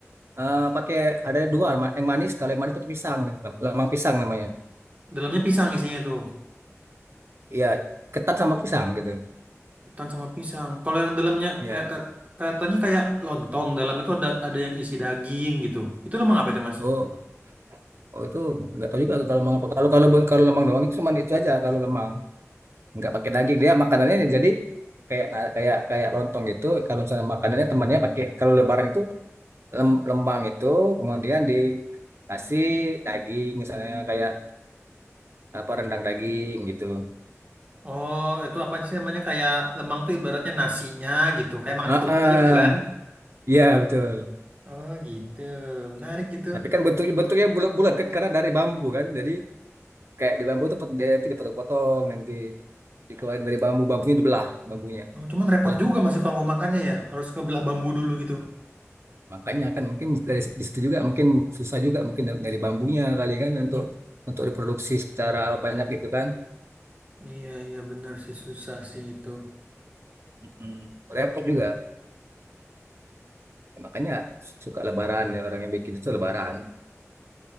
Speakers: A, on the right; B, on the right.
A: eh pakai ada dua ma- yang manis kalau yang manis pakai pisang ya. lemang pisang namanya
B: Dalamnya pisang isinya tuh.
A: Iya ketan sama pisang gitu
B: Ketan sama pisang. Kalau yang dalamnya
A: Iya
B: kayak ka- katanya kayak lontong. Dalam itu ada ada yang isi daging gitu. Itu lemang apa itu mas?
A: oh oh itu nggak tahu juga kalau lemang apa kalau kalau kalau lemang doang itu cuma itu aja kalau lemang nggak pakai daging dia makanannya jadi kayak nah, kayak kayak lontong gitu kalau misalnya makanannya temannya pakai kalau lebaran itu lem- lemang itu kemudian dikasih daging misalnya kayak apa rendang daging gitu
B: Oh, itu apa sih namanya kayak lemang tuh ibaratnya nasinya gitu. Kayak makan
A: ah
B: ketupat
A: ah.
B: aja gitu kan?
A: iya betul
B: Oh gitu, menarik gitu.
A: tapi kan bentuk bentuknya bulat-bulat kan karena dari bambu kan. Jadi kayak di bambu tuh pot- dia nanti dipotong-potong nanti dikeluarin dari bambu bambunya dibelah bambunya
B: Oh, cuman repot
A: belah
B: juga masih kalau mau makannya ya, harus ngebelah bambu dulu gitu.
A: makanya kan mungkin dari di situ juga mungkin susah juga mungkin da- dari bambunya kali kan untuk untuk diproduksi secara banyak gitu kan
B: Iya iya benar sih susah sih itu.
A: Mm-mm. repot juga Ya, makanya suka lebaran ya orang yang bikin itu lebaran